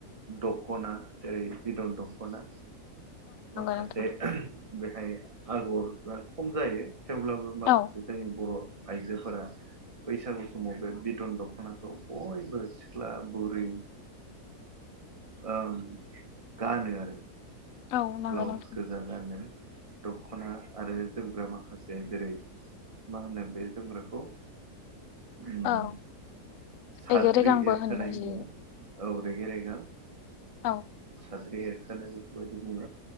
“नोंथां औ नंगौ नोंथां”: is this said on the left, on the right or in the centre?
Left